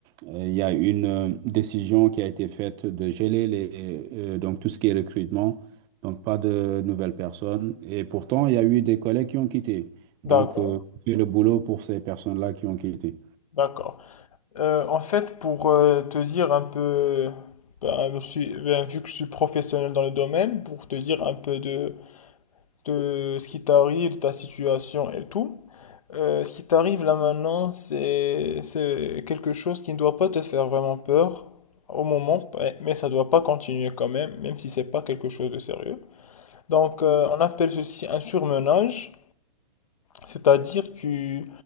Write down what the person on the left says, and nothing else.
D'accord,
d'accord. Euh, en fait, pour euh, te dire un peu, ben, je suis- ben, vu que je suis professionnel dans le domaine, pour te dire un peu de, de ce qui t'arrive, de ta situation et tout. Euh, ce qui t'arrive là maintenant, c'est c'est quelque chose qui ne doit pas te faire vraiment peur au moment, mais mais ça ne doit pas continuer quand même, même si c'est pas quelque chose de sérieux. Donc, euh, on appelle ceci un surmenage. C'est-à-dire que